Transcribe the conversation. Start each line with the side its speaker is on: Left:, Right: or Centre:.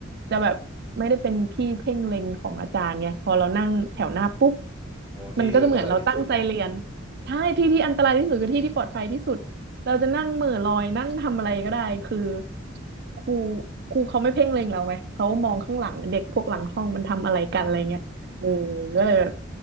Right: จะแบบไม่ได้เป็นที่เพ่งเล็งของอาจารย์ไงพอเรานั่งแถวหน้าปุ๊บ
Left: อ๋อที่อันตรายที่สุด
Right: มันก็จะเหมือนเราตั้งใจเรียนใช่ที่ที่อันตรายที่สุดคือที่ที่ปลอดภัยที่สุดเราจะนั่งเหม่อลอยนั่งทำอะไรก็ได้คือครูครูเขาไม่เพ่งเล็งเราไงเขามองข้างหลังเด็กพวกหลังห้องมันทำอะไรกันอะไรเงี้ย
Left: อืม
Right: เออก็เลยแบบ